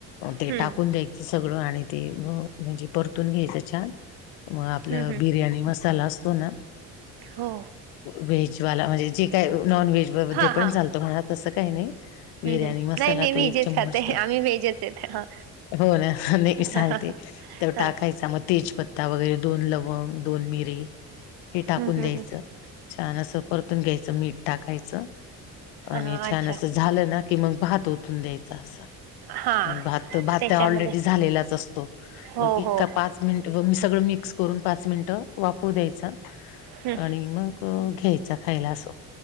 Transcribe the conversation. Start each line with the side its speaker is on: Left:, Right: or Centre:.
Left: ते
Right: हम्म
Left: टाकून द्यायचं सगळं आणि ते म्हणजे परतून घ्यायचं छान. मग आपलं
Right: हम्म हम्म
Left: बिर्याणी मसाला असतो ना.
Right: हो,
Left: व्हेजवाला म्हणजे जे काय नॉन व्हेज,
Right: हा
Left: ध्ये पण
Right: हा
Left: चालतो म्हणा तसं काही नाही बिर्याणी
Right: हम्म हम्म
Left: मसाला
Right: नाही मी
Left: तो
Right: व्हेजच
Left: एक चममच,
Right: खाते आम्ही व्हेजच आहेत हा
Left: हो ना नाही मी
Right: ह
Left: सांगते
Right: ह
Left: ते
Right: हा
Left: टाकाय, मग तेजपत्ता वगैरे, दोन लवंग दोन मिरे हे टाकून
Right: हम्म हम्म
Left: द्यायच.
Right: हम्म
Left: छान असं परतून घ्यायचं मीठ टाकायचं, आणि
Right: हा
Left: छान
Right: अच्छा
Left: असं. झालं ना की मग, भात ओतून द्यायचं असा.
Right: हा
Left: मग भात, भात्या
Right: त्याच्यामध्ये
Left: ऑलरेडी झालेलाच असतो,
Right: हो
Left: मग इका
Right: हो
Left: पाच पाच मिनटं व सगळं मिक्स करून पाच मिनटं वाफु द्यायचा,
Right: हम्म
Left: आणि मग घ्यायचा खायला असं.